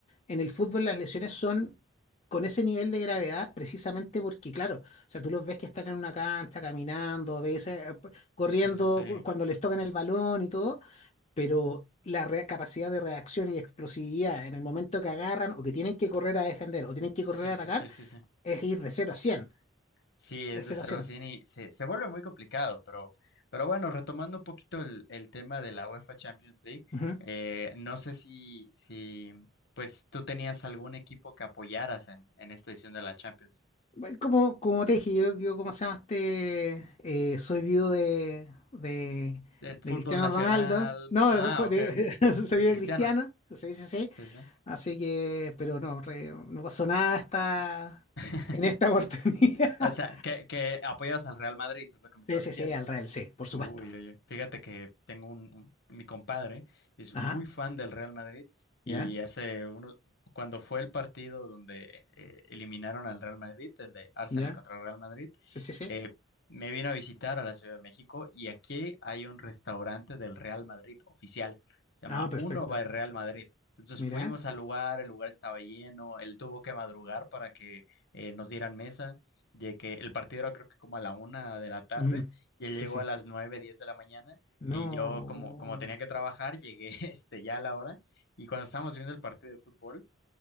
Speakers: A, on the left (about 35°); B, on the left (about 60°).
A: En el fútbol las lesiones son con ese nivel de gravedad precisamente porque, claro, o sea, tú los ves que están en una cancha caminando, ves, eh, corriendo
B: sí, sí, sí,
A: cu- cuando les tocan el balón y todo, pero la re- capacidad de reacción y explosividad en el momento que agarran o que tienen que correr a defender o tienen que
B: sí,
A: correr a
B: sí,
A: atacar
B: sí, sí. sí.
A: es ir de cero a cien
B: Sí, es
A: de cero
B: de cero
A: a cien.
B: a 100 y se, se vuelve muy complicado, pero, pero bueno, retomando un poquito el, el tema de la UEFA Champions League,
A: Ujú.
B: eh, no sé si, si pues tú tenías algún equipo que apoyaras en, en esta edición de la Champions.
A: Bueno, Como, como te dije, yo, yo ¿cómo se llama este? Eh, soy viudo de, de,
B: De fútbol
A: de Cristiano
B: nacional.
A: Ronaldo. No,
B: Ah,
A: fue
B: ok,
A: de,
B: ok.
A: <laughs> soy
B: De
A: viudo
B: Cristiano.
A: de Cristiano, sí, sí, sí.
B: Sí, sí.
A: Así que, pero no, re- no pasó nada hasta
B: <laughs>
A: en esta <laughs> oportunidad.
B: O sea, que, que apoyas al Real Madrid, es lo que me estás
A: Sí, sí,
B: diciendo.
A: sí, al real, sí, por
B: Uy,
A: supuesto.
B: oye, fíjate que tengo un, un- mi compadre es
A: Ajá,
B: muy fan del Real Madrid y
A: ya,
B: hace uno, cuando fue el partido donde eh, eliminaron al Real Madrid, el de Arsenal
A: ya.
B: contra el Real Madrid,
A: Sí, sí, sí.
B: eh, me vino a visitar a la Ciudad de México y aquí hay un restaurante del Real Madrid oficial, se
A: Ah,
B: llama
A: perfecto.
B: Uno by Real Madrid. Entonces
A: Mira.
B: fuimos al lugar, el lugar estaba lleno, él tuvo que madrugar para que eh, nos dieran mesa, de que el partido era creo que como a la una de la tarde
A: Ujú.
B: y él llegó
A: Sí, sí.
B: a las 9 10 de la mañana
A: No.
B: y yo como, como tenía que trabajar, llegué <laughs> este, ya a la hora y cuando estábamos viendo el partido de fútbol,